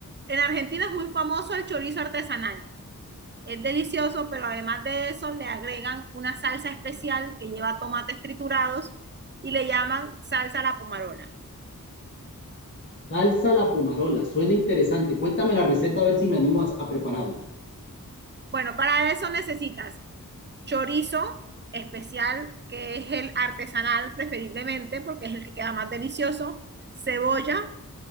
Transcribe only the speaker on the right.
En Argentina es muy famoso el chorizo artesanal. Es delicioso, pero además de eso le agregan una salsa especial que lleva tomates triturados y le llaman salsa a la pomarola.
Bueno, para eso necesitas chorizo especial, que es el artesanal preferiblemente, porque es el que queda más delicioso, cebolla,